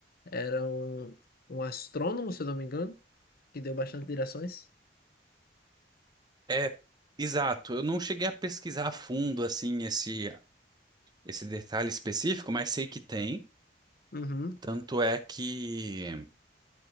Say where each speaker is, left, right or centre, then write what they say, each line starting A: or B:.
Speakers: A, on the left; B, on the right.
A: era um, um astrônomo, se eu não me engano, que deu bastante direções.
B: É, exato. Eu não cheguei a pesquisar a fundo assim esse esse detalhe específico, mas sei que tem.
A: Uhum.
B: Tanto é que